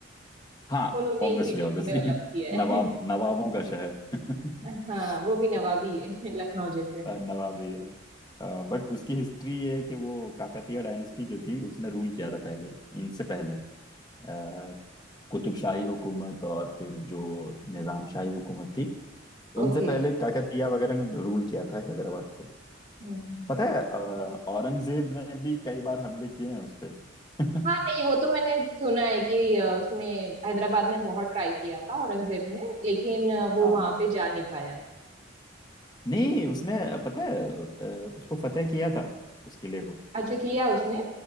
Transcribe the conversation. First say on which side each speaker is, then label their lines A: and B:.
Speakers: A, on the left; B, on the right.
A: हाँ
B: उन्होंने
A: ऑब्वियसली
B: इस सिटी
A: ऑब्वियसली
B: को डेवलप
A: <laughs>
B: किया
A: नवाब
B: है
A: नवाबों का शहर <laughs>
B: <laughs> हाँ वो भी नवाबी
A: अ,
B: है <laughs> लखनऊ जैसे
A: अ, नवाबी बट उसकी हिस्ट्री ये है कि वो काकतीय डायनेस्टी जो थी उसने रूल किया था पहले इनसे पहले अ, कुतुबशाही हुकूमत और फिर जो निजामशाही हुकूमत थी उनसे
B: ओके
A: पहले काकतीय वगैरह ने रूल किया था हैदराबाद को
B: हम्म
A: पता है अ, औरंगजेब ने भी कई बार हमले किए हैं उस पे <laughs>
B: हाँ नहीं वो तो मैंने सुना है कि अ, उसने हैदराबाद में बहुत ट्राई किया था औरंगजेब ने लेकिन अ, वो
A: हाँ
B: वहां पे जा नहीं पाया
A: नहीं उसने पता है अ, उसको फतेह किया था उस किले को
B: अच्छा किया उसने